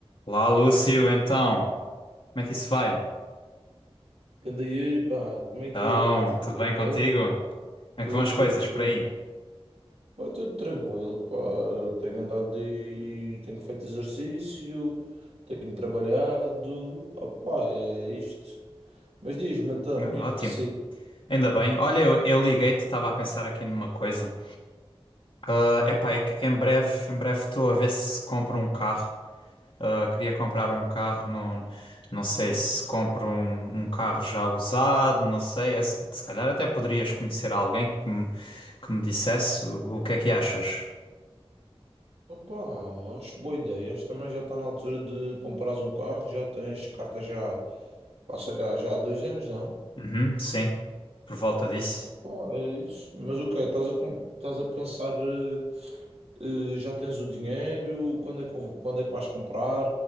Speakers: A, on the left; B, on the right.
A: Lá, Lúcio, então, como é que isso vai?
B: Ganda Yuri, pá, como é
A: Então,
B: que é? Está tudo
A: tudo
B: tranquilo?
A: bem contigo? Como é
B: Tudo,
A: que vão as
B: tudo,
A: coisas por
B: tudo.
A: aí?
B: Vai tudo tranquilo, pá. Tenho andado e tenho feito exercício, tenho trabalhado. Opá, é isto. Mas diz-me então,
A: Ah,
B: o que é que
A: ótimo,
B: precisas?
A: ainda bem. Olha, eu, eu liguei-te, estava a pensar aqui numa coisa. Ah, epá, é que em breve, em breve estou a ver se compro um carro. Ah, queria comprar um carro, não, não sei
B: Hum.
A: se compro um, um carro já usado, não sei. É Se se calhar até poderias conhecer alguém que me, que me dissesse o, o que é que achas.
B: Opá, acho boa ideia. Acho que também já está na altura de comprares um carro. Já tens carta já, pá, sei lá, já há dois anos, não?
A: Uhum, sim, por volta disso.
B: Ah, é isso. Mas o quê? Estás a, com- estás a pensar, eh, eh, já tens o dinheiro? Quando é que, eu- quando é que vais comprar?